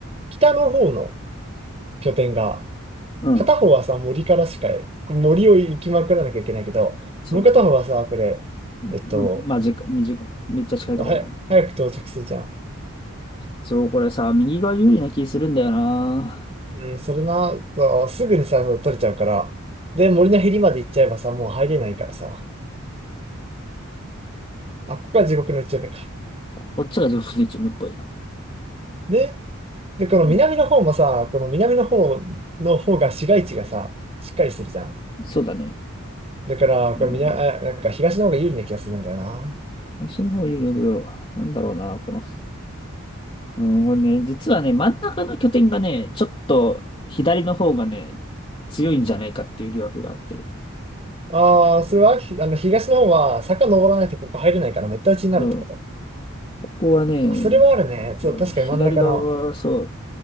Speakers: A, on the right (about 30°); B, on the left (about 25°).
A: 北の方の拠点が
B: うん。
A: 片方はさ、森からしか、これ森を行きまくらなきゃいけないけど、
B: そうだね。
A: もう片方はさ、これ、えっと、
B: うんまあ、じ、短いめっちゃ近いところにある。
A: はや、早く到着するじゃん。
B: そう、これさ、右が有利な気するんだよな。
A: うん、それな、そうすぐにさ、取れちゃうから。で、森のへりまで行っちゃえばさ、もう入れないからさ。あ、ここが地獄の一丁目か。
B: こっちが上手にチームっぽいな。
A: で、で、この南の方もさ、
B: うん、
A: この南の方の方が市街地がさ、しっかりしてるじゃん。
B: そうだね。
A: だから、
B: うん、
A: これ南、あなんか東の方が有利な気がするんだよな。
B: 私の方有利だけど、なんだろうな、この。うん、これね、実はね、真ん中の拠点がね、ちょっと左の方がね、強いんじゃないかっていう疑惑があって。
A: ああ、それは、ひあの、東の方は坂登らないとここ入れないからめった打ちになるってこと。
B: うん、ここはね、
A: まあそれはあるね。そう、
B: うん、
A: 確かに真ん中の。
B: 左側はそ